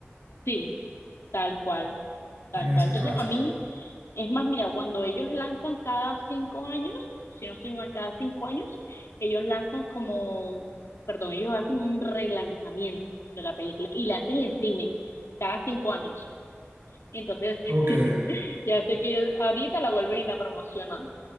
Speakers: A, on the left (about 75°); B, on the right (about 55°).
A: sí, tal cual, tal
B: En ese
A: cual. Entonces,
B: caso.
A: a mí es más, mira, cuando ellos lanzan cada cinco años, si no estoy mal, cada cinco años, ellos lanzan como, perdón, ellos hacen un relanzamiento de la película y la hacen en cine cada cinco años. Entonces, <laughs>
B: Ok.
A: ya sé que ellos ahorita la vuelven y la promocionan.